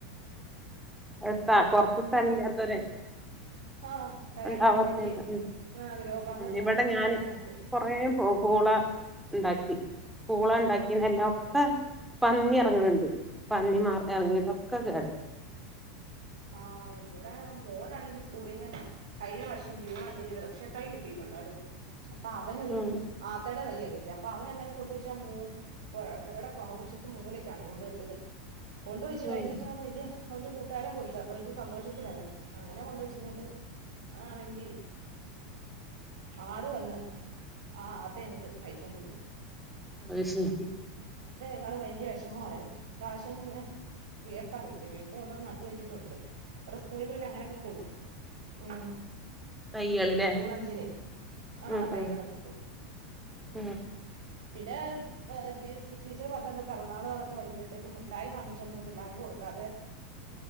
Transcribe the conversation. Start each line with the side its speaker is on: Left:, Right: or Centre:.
Centre: എത്ത കൊർച്ച് സ്ഥലില്ലാത്തവര്
Right: ആഹ് പെരയുടെ
Centre: ഉണ്ടാവാത്തില്ല
Right: മണ്ടയ്ക്ക് ആഹ് ഗ്രോ ബാഗ് ഒക്കെ
Centre: ഇവിടെ
Right: വാങ്ങിച്ചിട്ട്
Centre: ഞാന്
Right: അതിനകത്ത്
Centre: കുറെപ പൂള ണ്ടാക്കി പൂള ണ്ടാക് ഇതല്ലാം ഒക്കെ പന്നി ഇറങ്ങണണ്ട് പന്നി മാർ ഇറങ്ങിട്ടൊക്കെ കേടര്
Right: ആ ഇവിടെ മോനാണെങ്കി സ്കൂളിന്ന് കഴിഞ്ഞ വർഷം ജൂൺ അഞ്ചിന് വൃക്ഷ തൈ കിട്ടിയിട്ടുണ്ടായിരുന്നു അപ്പൊ അവനൊരു
Centre: ഉം
Right: ആത്തയുടെ തയ്യെകിട്ടിയ അപ്പൊഅവന അങ്ങനെ കൊണ്ടുവച്ചാ മൂ അവരുടെ പുറകശത്ത് മൂലക്കാണ് കൊണ്ടുവെച്ചത് ആ കൊണ്ടുവെച്ചു കഴിഞ്ഞിട്ടാ
Centre: ഉം
Right: അവൻ വല്യ അവന്റെ കൂട്ടാരം കൊ തപ്പൊ വല്യ സന്തോഷത്തിലായിരുന്നു അങ്ങനെ കൊണ്ടുവച്ചിരുന്നിട്ട് അതാണെങ്കി ആടു വന്ന് ആ ആത്തെങ്ങത്ത് കഴി ച്ചോണ്ട് പോയി
Centre: അ ഹ് ശരി
Right: യാള് വല്യ വിഷമമായിരുന് ഇപ്രാവശ്യം ന്നെ വേപ്പാ കിട്ടി വേപ്പ കൊണ്ടന്ന് നട്ട് വെച്ചിട്ടുണ്ട് സ്കൂളിന്നെ പിന്നെ അങ്ങനെയൊക്കെ കൊടുക്കും ഉം
Centre: തയ്യള്ല്ലേ
Right: ജൂൺ അഞ്ചിനെ ആ
Centre: ഉം
Right: തൈകളൊക്കെ
Centre: ഉം
Right: കൊടുക്കു
Centre: ഉം
Right: ഉ പിന്നെ എ ടീച് ടീച്ചർ പറഞ്ഞിട്ട് പിറന്നാളുകളൊക്കെ വരുമ്പോഴത്തേക്ക് മിഠായിും വാങ്ങിച്ചോണ്ട് പിള്ളേർക്ക് കൊടുക്കാതെ